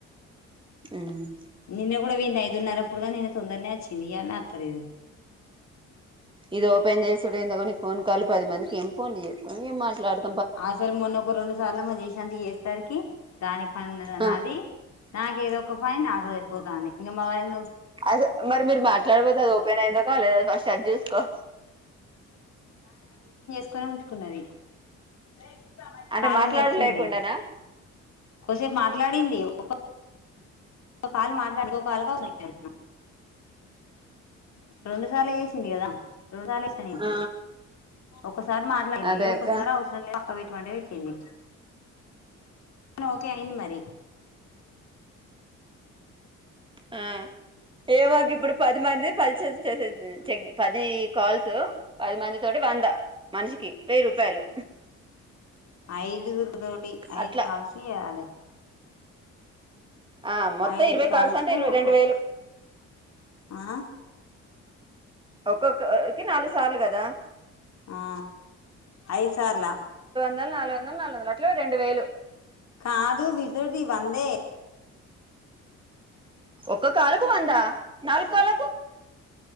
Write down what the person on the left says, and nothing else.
నిన్న కూడా పొయింది ఐదున్నర అప్పుడు నిన్న తొందరనే వచ్చింది ఎన్న వత్తలేదు
అసలు మొన్నొ ఒక రెండు సార్లు ఏమో చేశాది చేసరికి దాని పని ఉన్నదని
నాకి ఏదో ఒక పని నాకు సరిపోతాంది ఇంగ మా ఆయన
క్కన ఉంచుకున్నది రేయ్
కాళింగ్
వచ్చింది
ఒకసేపు మాట్లాడింది ఒక ఒక కాల్ మాట్లాడి ఇంకో కాల్గా <unintelligible> వున్న రొండు సార్లు చేేసింది కదా రొండు సార్లు చెసిన నేను
ఒకసారి మాట్లాడింది
ఒకసారి
అవసరం లే ఒక పెటుమంటే పెట్టింది కానీ ఓకే అయింది మరి
ఐదుగురు తోటి ఐదు
కాల్స్ చేయాలి
ఐదు
కాల్సు
ఒక్కక్
ఆ
ఆ అయ్స్ సర్లా
కాదు విర్దదివ్ వందే